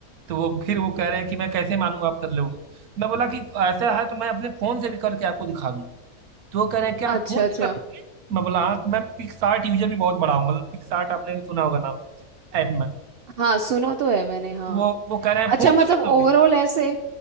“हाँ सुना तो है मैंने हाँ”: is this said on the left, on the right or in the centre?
Right